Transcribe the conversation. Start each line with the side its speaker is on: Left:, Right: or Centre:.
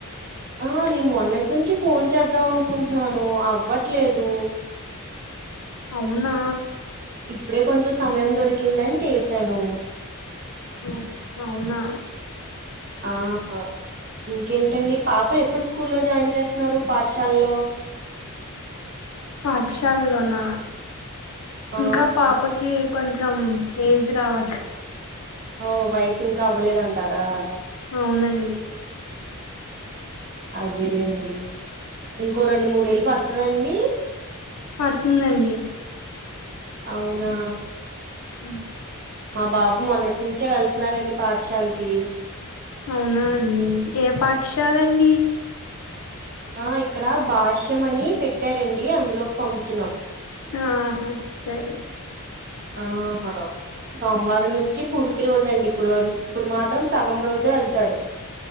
Right: ఆ నేను మొన్నట్నుంచీ ఫోన్ చేద్దాం అనుకుంటున్నాను అవ్వట్లేదు.
Left: అవునా
Right: ఇప్పుడే కొంచెం సమయం దొరికిందని చేసాను.
Left: మ్ అవునా
Right: ఆవును ఇంకేంటండి పాప ఎప్పుడు స్కూల్లో జాయిన్ చేస్తున్నారు పాఠశాలలో?
Left: పాఠశాలలోనా
Right: ఆ
Left: ఇంకా పాపకి కొంచెం ఏజ్ రావాలి క
Right: ఓ వయసు ఇంకా అవ్వలేదంటారా
Left: అవునండి
Right: అదేలేండి ఇంకో రెండు, మూడేళ్ళు పడుతదండి?
Left: పడుతుందండి
Right: అవునా
Left: ఉ
Right: మా బాబు మొన్నటి నుంచే వెళ్తున్నాడండి పాఠశాలకి
Left: అవునా అండి ఏ పాఠశాలండి?
Right: ఆ ఇక్కడ భాష్యం అని పెట్టారండి అందులోకి పంపుతున్నాం.
Left: ఆహా సరే
Right: ఆహ్హ్ సోమవారం నుంచి పూర్తి రోజు అండి ఇప్పుడు వర ఇప్పుడు మాత్రం సగం రోజు వెళ్తాడు